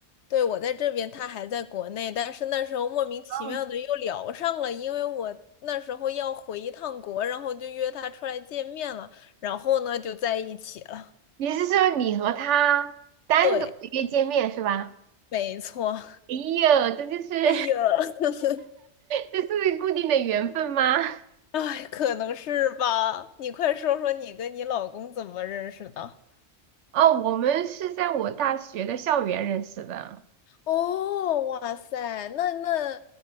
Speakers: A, on the left (about 75°); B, on the right (about 85°).
A: 对，我在这边，他还在国内，但是那时候莫名其妙的又聊上了，
B: 哦，
A: 因为我那时候要回一趟国，然后就约他出来见面了，然后呢就在一起了，
B: 你是说你和他单独的约见面是吧？
A: 对。没错。
B: 哎呦，这就是 <laughs>
A: 哎呀，<laughs>
B: 这是固定的缘分吗？<laughs>
A: 哎，可能是吧。你快说说你跟你老公怎么认识的？
B: 哦，我们是在我大学的校园认识的。
A: 哦，哇塞，那那，